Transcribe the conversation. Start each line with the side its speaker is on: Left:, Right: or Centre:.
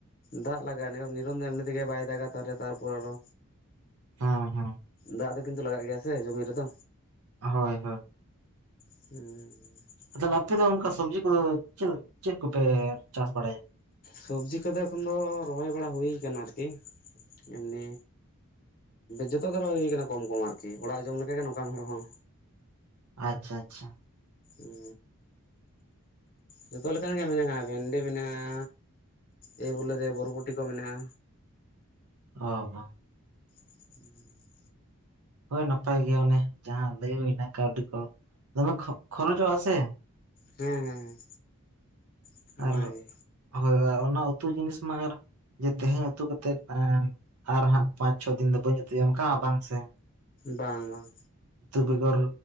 Left: ᱫᱟᱜ ᱞᱟᱜᱟᱜᱼᱟ ᱱᱤᱨᱚᱱ ᱱᱤᱨᱚᱢ ᱫᱚ ᱮᱢᱱᱤ ᱛᱮᱜᱮ ᱵᱟᱭ ᱫᱟᱜᱟ ᱛᱟᱦᱚᱞᱮ ᱛᱟᱨᱯᱚᱨᱮ ᱟᱨᱚ᱾
Right: ᱦᱮᱸ ᱦᱮᱸ
Left: ᱫᱟᱜ ᱫᱚ ᱠᱤᱱᱛᱩ ᱞᱟᱜᱟᱜ ᱜᱮᱭᱟ ᱥᱮ ᱡᱚᱢᱤ ᱨᱮᱫᱚ᱾
Right: ᱦᱳᱭ ᱦᱳᱭ
Left: ᱦᱩᱸ
Right: ᱛᱚᱞᱮ ᱟᱯᱮ ᱫᱚ ᱚᱱᱠᱟ ᱥᱚᱵᱽᱡᱤ ᱠᱚᱫᱚ ᱪᱮᱞ ᱪᱮᱫ ᱠᱚᱯᱮ ᱪᱟᱥ ᱵᱟᱲᱟᱭᱟ?
Left: ᱥᱚᱵᱡᱤ ᱠᱚᱫᱚ ᱮᱠᱷᱚᱱ ᱫᱚ ᱨᱚᱦᱚᱭ ᱵᱟᱲᱟ ᱦᱩᱭ ᱠᱟᱱᱟ ᱟᱨᱠᱤ ᱮᱢᱱᱤ ᱡᱚᱛᱚ ᱜᱮ ᱨᱚᱦᱚᱭ ᱦᱩᱭ ᱠᱟᱱᱟ ᱠᱚᱢ ᱠᱚᱢ ᱟᱨᱠᱤ ᱚᱲᱟᱜ ᱡᱚᱢ ᱞᱮᱠᱟ ᱜᱮ ᱱᱚᱝᱠᱟᱱ ᱦᱚᱲ ᱦᱚᱸ
Right: ᱟᱪᱪᱷᱟ ᱟᱪᱪᱷᱟ
Left: ᱩᱸ ᱡᱚᱛᱚ ᱞᱮᱠᱟᱱ ᱜᱮ ᱢᱮᱱᱟᱜᱼᱟ ᱵᱷᱮᱱᱰᱤ ᱢᱮᱱᱟᱜᱼᱟ᱾ ᱮᱭ ᱵᱚᱞᱮ ᱫᱮᱭ ᱵᱚᱨᱚᱵᱚᱴᱤ ᱠᱚ ᱢᱮᱱᱟᱜᱼᱟ᱾
Right: ᱚ ᱦᱚ
Left: <unintelligible>
Right: ᱦᱳᱭ ᱱᱟᱯᱟᱭ ᱜᱮᱭᱟ ᱚᱱᱮ ᱡᱟᱦᱟᱸ ᱞᱟᱹᱭ ᱦᱩᱭᱮᱱᱟ ᱠᱟᱹᱣᱰᱤ ᱠᱚ ᱫᱚᱢᱮ ᱠᱷᱚ ᱠᱷᱚᱨᱚᱪᱚᱜᱼᱟ ᱥᱮ᱾
Left: ᱦᱮᱸ ᱦᱮᱸ ᱦᱮᱸ ᱚᱱᱟᱜᱮ
Right: ᱟᱨ ᱦᱳᱭ ᱦᱳᱭ ᱟᱨ ᱚᱱᱟ ᱩᱛᱩ ᱡᱤᱱᱤᱥ ᱢᱟ ᱟᱨ ᱡᱮ ᱛᱮᱦᱮᱧ ᱩᱛᱩ ᱠᱟᱛᱮᱜ ᱟᱨ ᱦᱟᱸᱜ ᱯᱟᱸᱪ ᱪᱷᱚ ᱫᱤᱱ ᱫᱚ ᱵᱟᱹᱧ ᱩᱛᱩᱭᱟ ᱚᱱᱠᱟ ᱵᱟᱝ ᱥᱮ
Left: ᱵᱟᱝ ᱵᱟᱝ
Right: ᱩᱛᱩ ᱵᱮᱜᱚᱨ